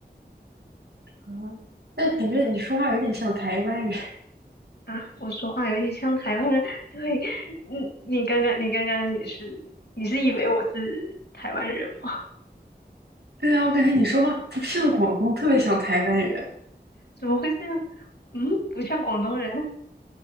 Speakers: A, on the right; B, on the left.
A: 啊，但感觉你说话有点像台湾人。
B: 啊，我说话有点像台湾人，<laughs> 对，嗯，你刚刚你刚刚也是，你是以为我是台湾人吗？
A: 对啊，我感觉你说话不像广东，特别像台湾人。
B: 怎么会这样？嗯，不像广东人，